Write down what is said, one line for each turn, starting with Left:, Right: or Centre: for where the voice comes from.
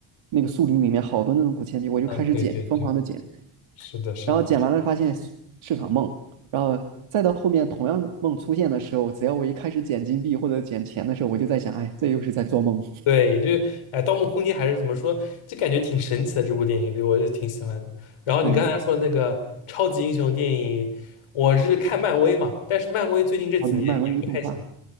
Right: 那个树林里面好多那种古钱币，我就开始捡，
Left: 嗯，对对对，
Right: 疯狂的捡，
Left: 是的，是的，
Right: 然后捡完了发现是是场梦，然后再到后面同样的梦出现的时候，只要我一开始捡金币或者捡钱的时候，我就在想，哎，这又是在做梦。
Left: 对，这哎，《盗墓空间》还是怎么说，就感觉挺神奇的这部电影，对我就挺喜欢的。然后你刚才说那个超级英雄电影，
Right: 对，
Left: 我是看漫威嘛，但是漫威最近这几年也不太行，
Right: 哦对，漫威动画。